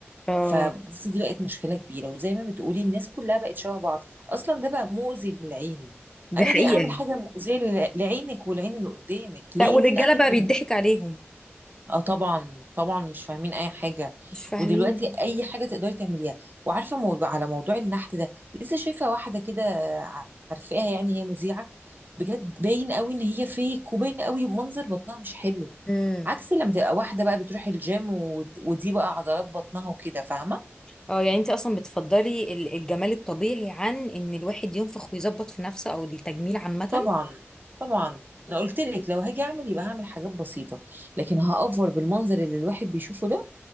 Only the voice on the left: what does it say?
اه
دي
حقيقة
لا والرجالة
بقى بيضحك عليهم
مش فاهمين
امم
اه يعني انت اصلا بتفضلي ال- الجمال الطبيعي عن ان الواحد ينفخ ويظبط في نفسه او التجميل عامة